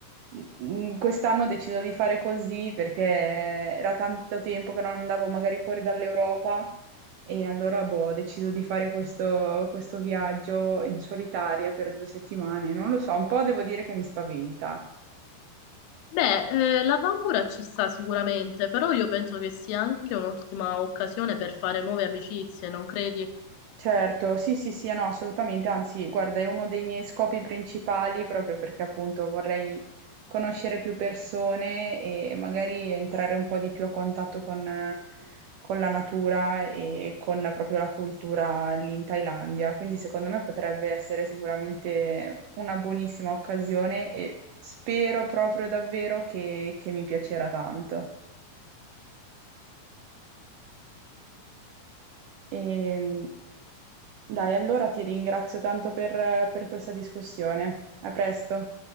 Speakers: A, on the right (about 80°); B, on the left (about 80°).
A: mm, mm, Quest'anno ho deciso di fare così perché era tanto tempo che non andavo magari fuori dall'Europa e allora boh, ho deciso di fare questo, questo viaggio in solitaria per due settimane. Non lo so, un po' devo dire che mi spaventa.
B: Beh, eh, la paura ci sta sicuramente, però io penso che sia anche un'ottima occasione per fare nuove amicizie, non credi?
A: Certo, sì, sì, sì, no, assolutamente, anzi, guarda, è uno dei miei scopi principali proprio perché appunto vorrei conoscere più persone e magari entrare un po' di più a contatto con, con la natura e con proprio la cultura lì in Thailandia. Quindi secondo me potrebbe essere sicuramente una buonissima occasione e spero proprio davvero che che mi piacerà tanto. E, dai, allora ti ringrazio tanto per per questa discussione. A presto.